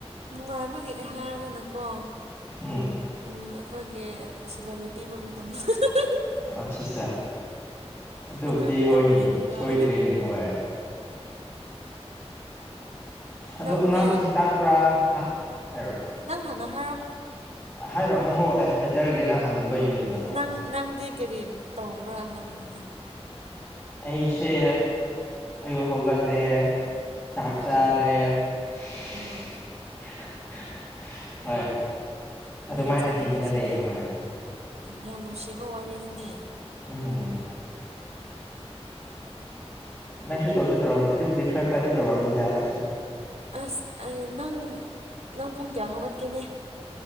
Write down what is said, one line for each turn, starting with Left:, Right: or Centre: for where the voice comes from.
Right: ꯅꯨꯡꯉꯥꯏꯕꯒꯤ ꯍꯥꯏꯔꯒꯅꯀꯣ
Left: ꯎꯝ
Right: ꯎꯝ ꯑꯩꯈꯣꯏꯒꯤ ꯁꯤꯂꯔꯤ ꯄꯤꯕ ꯃꯇꯝꯗꫭ <unintelligible>
Left: ꯑꯠ ꯑꯠꯁꯥꯁꯥ ꯑꯗꯨꯕꯨꯗꯤ
Right: ꯑꯗꯨꯒꯤ ꯃꯇꯝꯗꯨꯗ
Left: ꯍꯣꯏꯅꯦ
Right: ꯅꯨꯡꯉꯥꯏ
Left: ꯁꯣꯏꯗ꯭ꯔꯦꯅꯦ ꯍꯣꯏ ꯑꯗꯣ
Right: ꯅꯪꯗꯤ
Left: ꯑꯉꯥꯡꯁꯤꯡ ꯇꯥꯛꯄ꯭ꯔ ꯍꯥ ꯍꯥꯏꯔꯣ
Right: ꯅꯪ ꯍꯥꯟꯅ ꯍꯥꯏꯔꯣ
Left: ꯍꯥꯏꯔꯛꯑꯣ ꯍꯪꯉꯛꯑꯣ ꯑꯦ ꯍꯥꯏꯊꯔꯒꯦ ꯅꯪ ꯍꯪꯗꯕꯩꯅꯨꯗꯅ
Right: ꯅꯪ ꯅꯪꯗꯤ ꯀꯔꯤ ꯇꯧꯕ꯭ꯔ ꯍꯥꯏꯕꯅꯤꯗ
Left: ꯑꯩꯁꯦ ꯑꯌꯨꯛ ꯍꯧꯒꯜꯂꯦ ꯆꯥꯛ
Right: ꯑꯣ
Left: ꯆꯥꯔꯦ
Right: ꯑꯣ
Left: <unintelligible>
Right: ꯑꯥ
Left: ꯍꯣꯏ ꯑꯗꯨꯃꯥꯏꯅ
Right: ꯃꯩ ꯆꯠꯂꯤꯅꯦ
Left: ꯍꯤꯡꯉ
Right: ꯁꯤꯗꯤ
Left: ꯂꯩꯌꯦ ꯍꯣꯏ
Right: ꯌꯥꯝ ꯅꯨꯡꯁꯤꯕ ꯋꯥꯔꯤꯅꯤꯅꯦ
Left: <unintelligible> ꯅꯪꯁꯨ ꯇꯧꯁꯨ ꯇꯧꯔꯝꯅꯤ ꯑꯗꯨꯕꯨꯗꯤ ꯈꯔ ꯈꯔꯗꯤ ꯇꯧꯔꯝꯅꯤꯗ ꯅꯪꯁꯨ
Right: ꯑꯁ ꯑꯩ ꯅꯪ ꯅꯪ ꯄꯨꯡ ꯀꯌꯥ ꯍꯧꯒꯠꯀꯦꯅꯦ